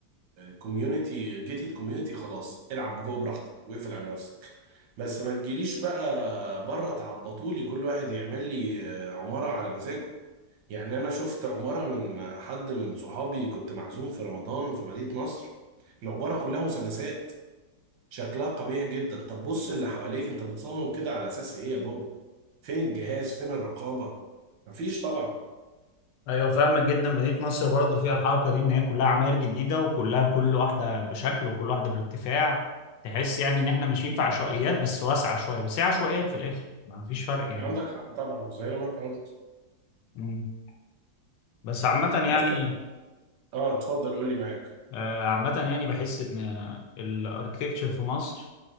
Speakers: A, on the right; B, on the left.
A: كوميونتي جيتد كوميونتي خلاص العب جوه براحتك واقفل على نفسك بس ما تجيليش بقى بره تعبطولي كل واحد يعمل لي آه، عماره على مزاجه يعني انا شفت عماره من حد من صحابي كنت معزوم في رمضان في مدينه نصر العباره كلها مثلثات شكلها قبيح جدا طب بص اللي حواليك انت بتصمم كده على اساس ايه يا بابا فين الجهاز فين الرقابة مفيش طبعا
B: ايوه فاهمك جدا مدينه نصر برضه فيها الحركه دي ان هي كلها عماير جديده وكلها كل واحده بشكل وكل واحده بارتفاع تحس يعني ان احنا ماشيين في عشوائيات بس واسعه شويه بس هي عشوائيات في الاخر ما فيش فرق يعني
A: عندك حق طبعا زي ما انت قلت
B: مم. بس عامه يعني
A: بس اه اتفضل قول لي معاك
B: آه، عامه يعني بحس ان الاركتكتشر في مصر